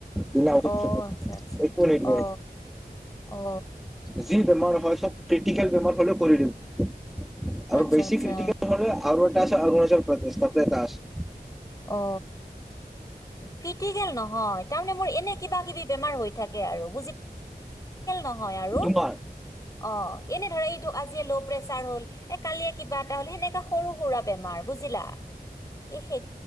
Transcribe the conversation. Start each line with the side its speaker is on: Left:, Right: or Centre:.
Centre: লীনা
Left: অ আচ্ছা
Centre: <unintelligible>
Left: আচ্ছা
Centre: একো নিদিয়ে
Left: অ অ
Centre: যি বেমাৰ হয় ক্ৰটিক বেমাৰ হলেও কৰি দিব আৰু
Left: আচ্ছা
Centre: বেছি
Left: আচ্ছা
Centre: ক্ৰিটিকেল হলে আৰু আছে অৰুণাচল প্ৰদেশ তাতেই এটা আছে।
Left: অ কি নহয় তাৰে মোৰ এনে কিবা কিবি বেমাৰ হৈ থাকে আৰু ব নহয় আৰু
Centre: তোমাৰ
Left: অ এনে ধৰা এইটো আজিয়ে ল' প্ৰেচাৰ হল এ কালি এটা কিবা এটা হল সেনেকে সৰু সৰা বেমাৰ‌ বুজিলা এ সেই